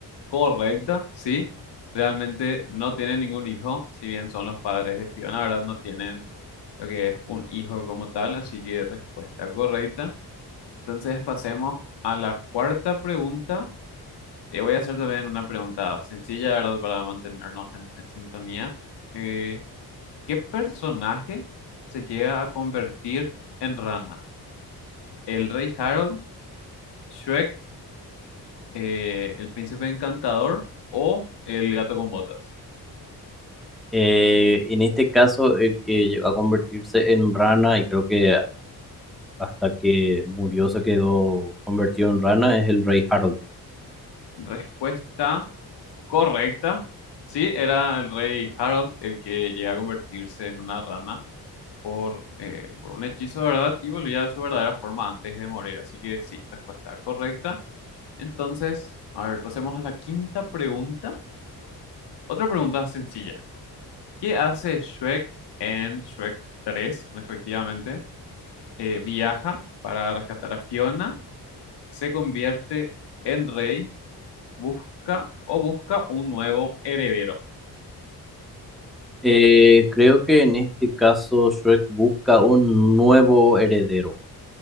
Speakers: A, on the left; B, in the centre.
A: correcta, sí. Realmente no tienen ningún hijo, si bien son los padres de Fiona, ¿verdad? No tienen lo que es un hijo como tal, así que respuesta correcta. Entonces pasemos a la cuarta pregunta Te voy a hacer también una pregunta sencilla, ¿verdad? Para mantenernos en, en sintonía. Eh, ¿qué personaje se llega a convertir en rana? ¿El rey Harold, Shrek, eh, el príncipe encantador o el gato con botas?
B: Eh, en este caso, el que llegó a convertirse en rana y creo que hasta que murió se quedó convertido en rana es el rey Harold.
A: Respuesta correcta. Sí, era el rey Harold el que llega a convertirse en una rana por, eh, por un hechizo, ¿verdad? Y volvía a su verdadera forma antes de morir. Así que sí, respuesta correcta. Entonces, a ver, pasemos a la quinta pregunta. Otra pregunta sencilla. ¿Qué hace Shrek en Shrek 3, Respectivamente, Eh, viaja para rescatar a Fiona, se convierte en rey, busca o busca un nuevo heredero.
B: Eh, creo que en este caso Shrek busca un nuevo heredero.